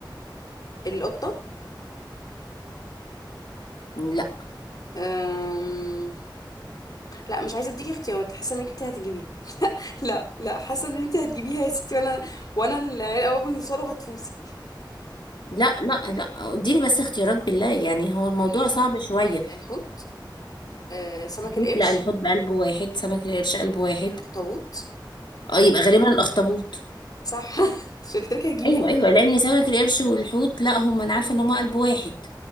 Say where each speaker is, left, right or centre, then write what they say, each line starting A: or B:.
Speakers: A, on the left (about 55°); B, on the left (about 75°).
A: القطة
B: لا
A: أم... لا مش عايزة اديكي اختيارات حاسة انك انت هتجيبيها <laughs> لا لا حاسة ان انت هتجيبيها يا ستي وانا وانا العيال قوي بيوصلوا هتفوزي
B: لا لا لا اديني بس اختيارات بالله يعني هو الموضوع
A: ماشي
B: صعب شويه
A: هو ال- الحوت آه، سمك
B: دوت
A: القرش
B: لا الحوت بقلبه واحد سمك القرش قلبه واحد
A: الاخطبوط
B: اه يبقى غالبا الاخطبوط
A: صح <laughs> مش قلت لك هجيبيها
B: ايوه ايوه لان سمك القرش والحوت لا هم انا عارفه ان هم قلب واحد